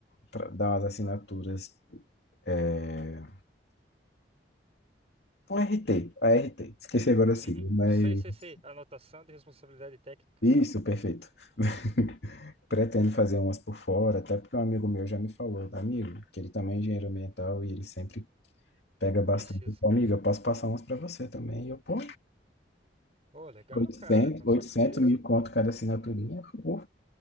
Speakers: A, on the left; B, on the right.
A: tra- Dar umas assinaturas. É, um RT, ART. Esqueci agora o sigla,
B: Uhum.
A: mas.
B: Sei, sei, sei. Anotação de responsabilidade técnica,
A: Isso,
B: né?
A: perfeito. <laughs> Pretendo fazer umas por fora, até porque um amigo meu já me falou, amigo, que ele também é engenheiro ambiental e ele sempre pega bastante.
B: Precisa.
A: Ele falou, Amigo, eu posso passar umas para você também. E eu, pô,
B: Ô, legal,
A: oitocentos
B: cara, com
A: oitocentos
B: certeza.
A: mil conto cada assinaturinha. Pô,